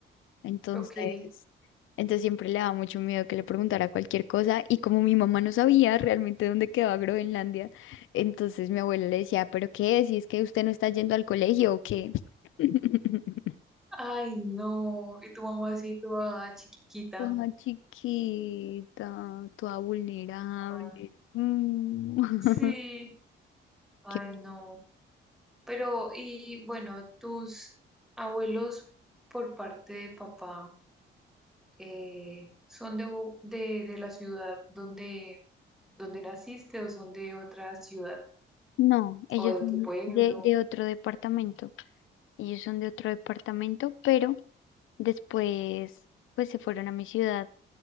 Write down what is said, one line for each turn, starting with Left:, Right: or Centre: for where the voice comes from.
Left: Entonces,
Centre: Ok.
Left: entonces siempre le daba mucho miedo que le preguntara cualquier cosa y como mi mamá no sabía realmente dónde quedaba Groenlandia, entonces mi abuela le decía, ¿pero qué? Si es que usted no está yendo al colegio o qué. <laughs>
Centre: Ay, no. Y tu mamacita ah, chiquita.
Left: Ah, chiquita, toda vulnerable.
Centre: Ay,
Left: Mm. <laughs>
Centre: sí. Ay,
Left: Qué-
Centre: no. Pero, y bueno, tus abuelos por parte de papá. eh, ¿son de, Bo- de, de la ciudad donde, donde naciste o son de otra ciudad
Left: No, ellos
Centre: o de
Left: son
Centre: otro pueblo?
Left: de, de otro departamento. Ellos son de otro departamento, pero después pues se fueron a mi ciudad